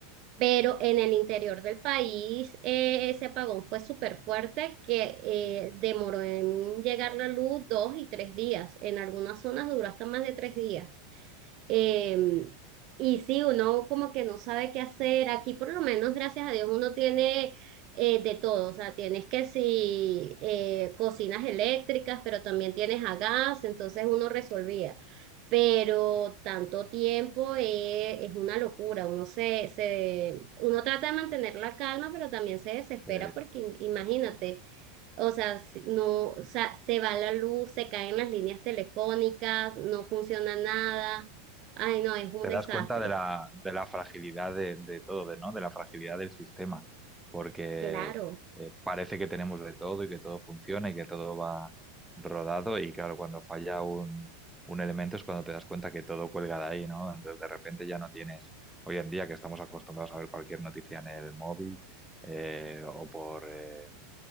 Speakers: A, on the right; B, in the centre.
A: Pero en el interior del país eh, ese apagón fue súper fuerte que eh, demoró en llegar la luz dos y tres días. En algunas zonas duró hasta más de tres días. Eh, y sí, uno como que no sabe qué hacer. Aquí por lo menos, gracias a Dios, uno tiene eh, de todo. O sea, tienes que si eh, cocinas eléctricas, pero también tienes a gas, entonces uno resolvía pero tanto tiempo eh, es una locura. Uno se, se, uno trata de mantener la calma, pero también se desespera
B: Sí,
A: porque im- imagínate, o sea, si- no, o sea, se va la luz, se caen las líneas telefónicas, no funciona nada. Ay, no, es un
B: te
A: desastre.
B: das cuenta de la, de la fragilidad de, de todo, de, ¿no? De la fragilidad del sistema, porque
A: Claro,
B: eh, parece que tenemos de todo y que todo funciona y que todo va rodado y claro, cuando falla un, un elemento es cuando te das cuenta que todo cuelga de ahí, ¿no? Entonces de repente ya no tienes, hoy en día que estamos acostumbrados a ver cualquier noticia en el móvil eh, o, por, eh,